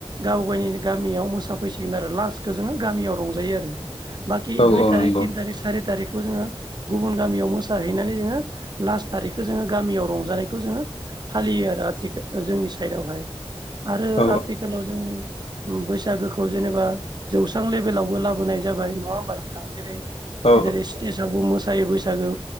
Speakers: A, on the right (about 45°); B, on the left (about 80°).
A: गाव गायनि गामियाव मोसाफैसिगोन। आरो लास्टखौ जोङो गामियाव रंजायो आरो बाखि
B: औ
A: दुइ
B: औ
A: थारिख
B: नंगौ
A: थिन थारिख सारि थारिखखौ जोङो। गुबुन गामियाव मोसाहैनानै जोङो लास्ट थारिखखौ जोङो गामियाव रंजानायखौ जोङो फालियो आरो आथिखालाव जोंनि साइडआवहाय आरो
B: औ
A: आथिखालाव जों बैसागोखौ जेनेबा जौस्रां लेभेलावबो लाबोनाय जाबाय नङा होनबा नोंथां जेरै
B: औ
A: सिथेस बैसागु मोसायो बैसागो